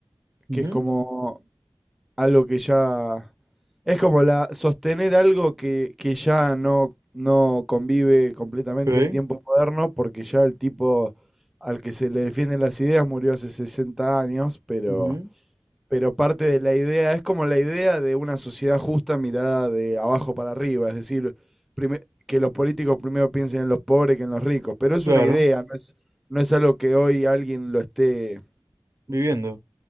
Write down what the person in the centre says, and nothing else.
que es como algo que ya... Es como la, sostener algo que, que ya no, no convive completamente
en tiempo moderno porque ya el tipo al que se le defienden las ideas murió hace 60 años, pero
pero parte de la idea, es como la idea de una sociedad justa mirada de abajo para arriba, es decir, prime- que los políticos primero piensen en los pobres que en los ricos, pero es
una idea, no es, no es algo que hoy alguien lo esté,